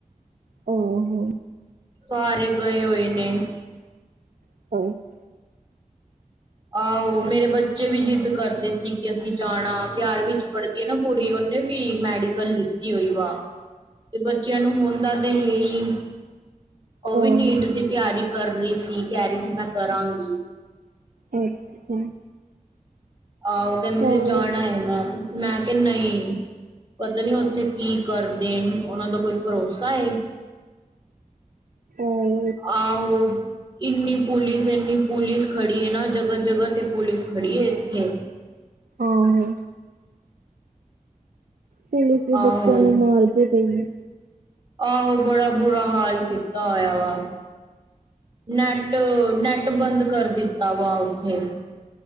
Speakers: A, on the right (about 80°); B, on the right (about 35°).
A: ਆਹੋ।
B: ਸਾਰੇ ਗਏ ਹੋਏ ਨੇ।
A: <inaudible>
B: ਆਹੋ ਮੇਰੇ ਬੱਚੇ ਵੀ ਜਿੱਦ ਕਰਦੇ ਸੀ ਕਿ ਅਸੀਂ ਜਾਣਾ ਗਿਆਰਵੀਂ ਚ ਪੜ੍ਹਦੇ। ਕੁੜੀ ਉਹਨੇ ਵੀ ਮੈਡੀਕਲ ਲਿੱਤੀ ਹੋਈ ਵਾ। ਤੇ ਬੱਚਿਆਂ ਨੂੰ ਹੁਣ ਦਾ ਤੇ ਹੈ ਹੀ। ਉਹ
A: ਆਹੋ
B: ਵੀ ਨੀਟ ਦੀ ਤਿਆਰੀ ਕਰ ਰਹੀ ਸੀ ਕਹਿ ਰਹੀ ਸੀ ਮੈਂ ਕਰਾਂਗੀ।
A: ਅੱਛਾ।
B: ਆਹੋ ਕਹਿੰਦੀ ਸੀ
A: ਆਹੋ
B: ਜਾਣਾ ਏ। ਮੈਂ ਕਿਹਾ ਨਹੀਂ ਪਤਾ ਨੀ ਉੱਥੇ ਕੀ ਕਰ ਦੇ। ਉਹਨਾਂ ਦਾ ਕੋਈ ਭਰੋਸਾ ਏ।
A: ਓਏ
B: ਆਹੋ, ਇੰਨੀ ਪੁਲਿਸ, ਏਨੀ ਪੁਲਿਸ ਖੜੀ ੲੇ ਨਾ ਜਗਾ-ਜਗਾ ਤੇ ਪੁਲਿਸ ਖੜੀ ਏ ਏਥੇ
A: ਆ ਹੋ ਪੁਲਿਸ ਵੀ
B: ਆਹੋ
A: ਬੱਚੇਆਂ ਨੂੰ ਮਾਰਦੇ ਪਈ ਐ
B: ਆਹੋ ਬੜਾ ਬੁਰਾ ਹਾਲ ਕੀਤਾ ਹੋਆ ਵਾ ਨੈੱਟ, ਨੈੱਟ ਬੰਦ ਕਰ ਦਿੱਤਾ ਵਾ ਓਥੇ